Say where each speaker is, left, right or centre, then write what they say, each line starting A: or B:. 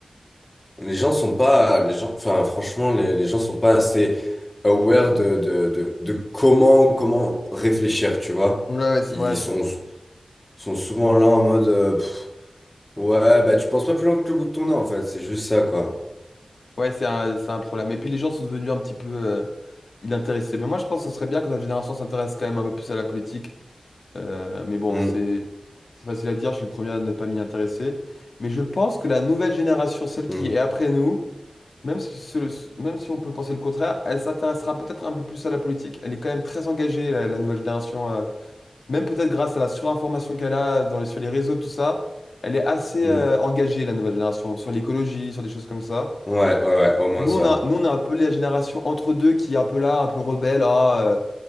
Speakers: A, on the left; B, on the left.
A: Les gens sont pas. Les gens, enfin, franchement, les, les gens sont pas assez aware de, de, de, de comment, comment réfléchir, tu vois.
B: Ouais, ouais, c'est
A: Ils
B: vrai.
A: sont, sont souvent là en mode. euh, pff, Ouais, bah tu penses pas plus loin que le bout de ton nez en fait, c'est juste ça quoi.
B: Ouais, c'est un, c'est un problème. Et puis les gens sont devenus un petit peu euh, inintéressés. Mais moi, je pense que ce serait bien que notre génération s'intéresse quand même un peu plus à la politique. Euh, mais bon,
A: Mm,
B: c'est c'est facile à dire, je suis le premier à ne pas m'y intéresser. Mais je pense que la nouvelle génération, celle
A: mm,
B: qui est après nous, même si, ce- même si on peut penser le contraire, elle s'intéressera peut-être un peu plus à la politique. Elle est quand même très engagée, la, la nouvelle génération euh, Même peut-être grâce à la surinformation qu'elle a dans les- sur les réseaux, tout ça, elle est assez
A: mm.
B: euh, engagée, la nouvelle génération, sur l'écologie, sur des choses comme ça.
A: Ouais, ouais, ouais, au moins
B: Nous,
A: ça.
B: on a, nous, on a un peu la génération entre deux qui est un peu là, un peu rebelle. Ah, euh,